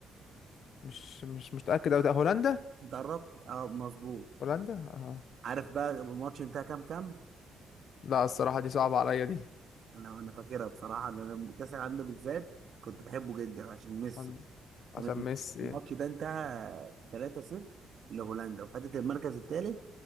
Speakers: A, on the left; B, on the right.
A: مش مش مش متأكد أوي هولندا
B: انت قربت اه مظبوط
A: هولندا اه
B: عارف بقى الماتش انتهى كام كام
A: لا الصراحة دي صعبة عليا دي
B: انا انا فاكرها بصراحه انا لما كاس العالم ده بالذات كنت بحبه جدا عشان ميسي
A: عن-
B: كان
A: عشان ميسي
B: الماتش ده انتهى 3-0 لهولندا وخدت المركز الثالث